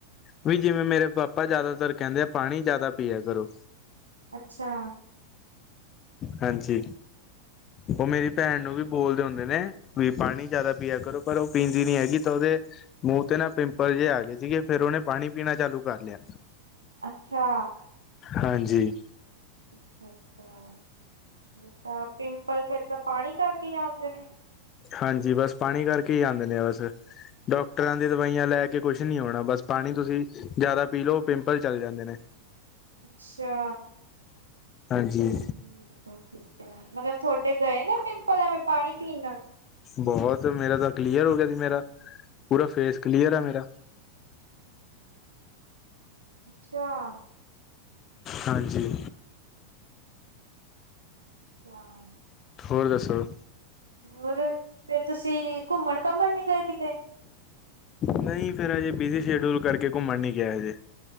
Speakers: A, on the left; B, on the right.
A: ਵੀ ਜਿਵੇਂ ਮੇਰੇ ਪਾਪਾ ਜਿਆਦਾਤਰ ਕਹਿੰਦੇ ਆ, ਪਾਣੀ ਜ਼ਿਆਦਾ ਪਿਆ ਕਰੋ।
B: ਅੱਛਾ।
A: ਹਾਂਜੀ, ਉਹ ਮੇਰੀ ਭੈਣ ਨੂੰ ਵੀ ਬੋਲਦੇ ਹੁੰਦੇ ਨੇ। ਵੀ ਪਾਣੀ ਜਿਆਦਾ ਪਿਆ ਕਰੋ, ਪਰ ਉਹ ਪੀਂਦੀ ਨੀ ਹੈਗੀ ਤਾਂ ਉਹਦੇ ਮੂੰਹ ਤੇ ਨਾ ਪਿੰਪਲ ਜਿਹੇ ਆ ਗਏ ਸੀਗੇ ਫੇਰ ਉਹਨੇ ਪਾਣੀ ਪੀਣਾ ਚਾਲੂ ਕਰ ਲਿਆ।
B: ਅੱਛਾ।
A: ਹਾਂਜੀ।
B: ਅੱਛਾ-ਅੱਛਾ ਤਾਂ ਪਿੰਪਲ ਫੇਰ ਤਾਂ ਪਾਣੀ ਕਰਕੇ ਈ ਆਉਂਦੇ ਨੇ?
A: ਹਾਂਜੀ, ਬਸ ਪਾਣੀ ਕਰਕੇ ਹੀ ਆਦੇ ਨੇ ਜ਼ਿਆਦਾਤਰ। ਡਾਕਟਰਾਂ ਦੀ ਦਵਾਈਆਂ ਲੈ ਕੇ ਕੁਛ ਨੀ ਹੋਣਾ। ਬਸ ਪਾਣੀ ਤੁਸੀਂ ਜਿਆਦਾ ਪੀ ਲਓ, ਪਿੰਪਲ ਚੱਲ ਜਾਂਦੇ ਨੇ।
B: ਅੱਛਾ।
A: ਹਾਂਜੀ
B: ਠੀਕ ਐ, ਮਤਲਬ ਥੋਡੇ ਗਏ ਨੇ ਪਿੰਪਲਾ ਐਵੇ ਪਾਣੀ ਪੀਣਾ ਨਾਲ?
A: ਬਹੁਤ ਮੇਰਾ ਤਾਂ ਕਲੀਅਰ ਹੋ ਗਿਆ ਸੀ ਮੇਰਾ ਪੂਰਾ ਫੇਸ ਕਲੀਅਰ ਆ ਮੇਰਾ।
B: ਚਾ
A: ਹਾਂਜੀ।
B: ਅੱਛਾ।
A: ਹੋਰ ਦੱਸੋ
B: ਹੋਰ ਫੇਰ ਤੁਸੀਂ ਘੁੰਮਣ ਘਾਮਣ ਨੀ ਗਏ ਕਿਤੇ?
A: ਨਹੀਂ ਫੇਰ ਅਜੇ ਬੀਜੀ ਸ਼ਡਿਊਲ ਕਰਕੇ ਘੁੰਮਣ ਨੀ ਗਿਆ ਹਜੇ।